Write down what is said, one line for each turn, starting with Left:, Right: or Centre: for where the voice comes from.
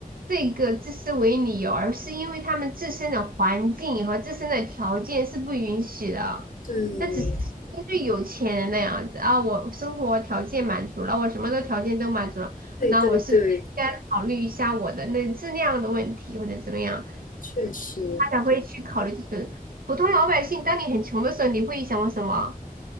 Right: 这个自私为理由，而是因为他们自身的环境和自身的条件是不允许的。
Left: 对
Right: 那只是因为有钱人那样子啊，我生活条件满足了，我什么的条件都满足了，
Left: 对对对，
Right: 那我是不是应该考虑一下我的那质量的问题或者怎么样？
Left: 确实
Right: 他才会去考虑这种普通老百姓。当你很穷的时候，你会想我什么？